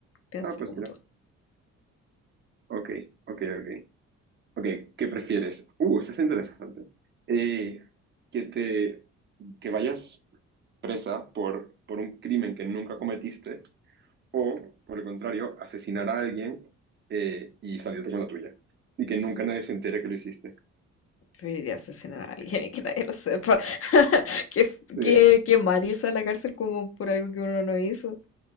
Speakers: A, on the left; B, on the right.
A: piensa
B: ah, pues
A: como
B: mira,
A: tú.
B: ok, ok, ok, ok, ¿qué prefieres? Uh, eso es interesante. Eh, que te, que vayas presa por, por un crimen que nunca cometiste O, por el contrario, asesinar a alguien eh, y salirte con la tuya. Y que nunca nadie se entere que lo hiciste.
A: Preferiría asesinar a alguien y que nadie lo sepa. <laughs> Qué, f-
B: Sí,
A: qué- qué mal irse a la cárcel como por algo que uno no hizo.